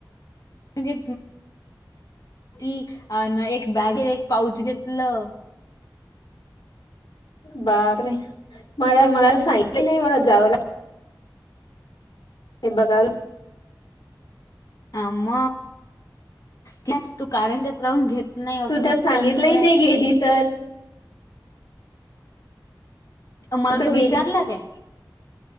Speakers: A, on the left; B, on the left.
A: म्हणजे ती अ एक बॅग एक पाऊच घेतलं.
B: बापरे मला मलाला सांगलं नाही मला जाव ला हे बगाल
A: आम त्या तू <unintelligible> राहून घेत नाही असं
B: तू तर
A: कसं
B: सांगितलंही
A: चालणार आहे.
B: नाही गेली तर
A: मला
B: तत
A: तू
B: गेरी
A: विचारला काय